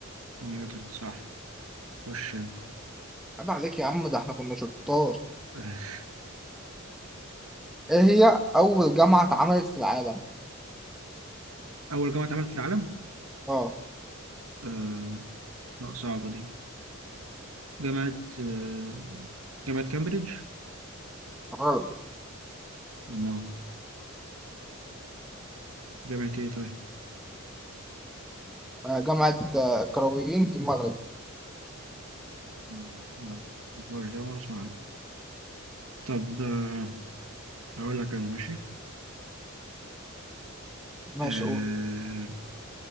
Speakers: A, on the right (about 85°); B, in the centre.
A: نيوتن صح خش انت
B: عيب عليك يا عم ده احنا كنا شطار
A: <laughs>
B: ايه هي اول جامعه اتعملت في العالم
A: أول جامعة اتعملت في العالم
B: اه
A: آه، لا صعبة دي جامعة آه، جامعة كامبريدج
B: غلط
A: ما جامعة ايه طيب
B: آه، جامعه آه، قرويين في المغرب
A: مم. لا، مش ده مرة اسمع عنها. طب آه، هقول لك انا ماشي
B: ماشي
A: آه،
B: قول